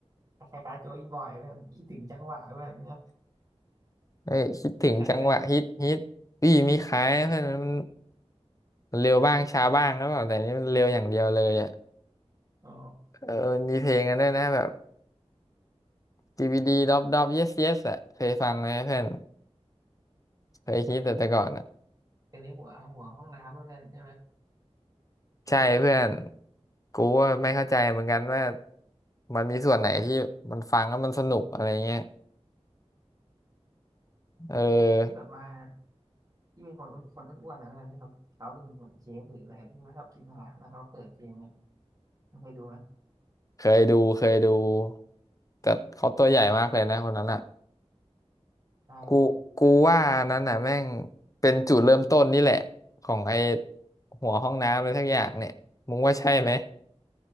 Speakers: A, on the right (about 35°); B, on the left (about 30°).
A: มันคล้ายๆโจอีบอยเพื่อนคิดถึงจังหวะเพื่อนเนอะ
B: เอ้ยคิดถึงจังหวะฮิตฮิตอีมีขายนะเพื่อนมัน
A: คล้ายๆกันเลย
B: มันเร็วบ้างช้าบ้างแล้วแบบแต่นี่มันเร็วอย่างเดียวเลยอ่ะ
A: อ๋อ
B: เออมนีเพลงกันด้วยนะแบบ DVD ดดอบดอบ yes yes อ่ะเคยฟังไหมเพื่อนเคยฮิตแต่แต่ก่อนอ่ะ
A: เป็นไอ้หัวหัวห้องน้ำแล้นกันใช่ไหม
B: ใช่เพื่อนกูว่าไม่เข้าใจเหมือนกันว่ามันมีส่วนไหนที่มันฟังแล้วมันสนุกอะไรเงี้ยเออ
A: ไอ้ไอ้ที่แบบว่าที่มีคนคนอ้วนๆแล้วนี่เขาเขาเป็นหัวเชฟหรืออะไรที่ว่าชอบกินอาหารแล้วเขาเปิดเพลงไงมันเคยดูไหม
B: เคยดูเคยดูแต่เขาตัวใหญ่มากเลยนะคนนั้นอ่ะ
A: ใช่
B: กูกูว่านั้นอ่ะแม่งเป็นจุดเริ่มต้นนี่แหละของไอ้หัวห้องน้ำอะไรทักอย่างเนี่ยมึงว่าใช่ไหม